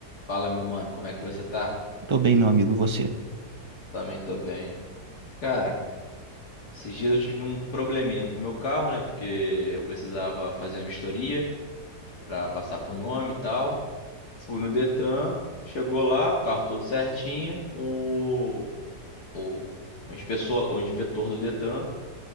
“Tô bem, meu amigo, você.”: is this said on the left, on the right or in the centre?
Right